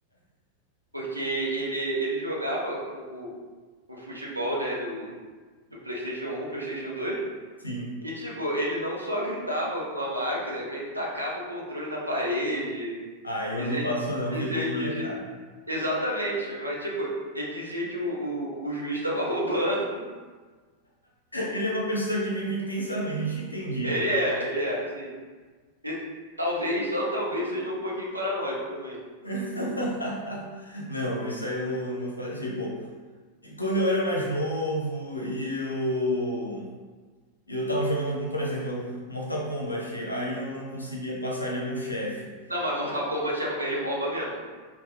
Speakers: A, on the right; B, on the left.
A: Porque ele, ele jogava com o, o futebol, né, do, do PlayStation um PlayStation dois
B: sim.
A: E tipo, ele não só gritava com a máquina, que ele tacava o controle na parede.
B: Aí eu
A: Dizia
B: não faço
A: que,
B: não,
A: dizia,
B: porque controle
A: dizia-
B: é caro.
A: exatamente. Mas, tipo, ele dizia que o, o, o juiz estava roubando. <laughs>
B: Ele é uma pessoa que vive intensamente, entendi.
A: Ele é, ele é, sim. E talvez, só talvez seja um pouquinho paranoico também.
B: <laughs> Não, isso aí eu não, não fazia. Tipo, e quando eu era mais novo e eu. Eu tava jogando algum, por exemplo, Mortal Kombat, aí eu não conseguia passar de algum chefe.
A: Não, mas Mortal Kombat, é- ele rouba mesmo.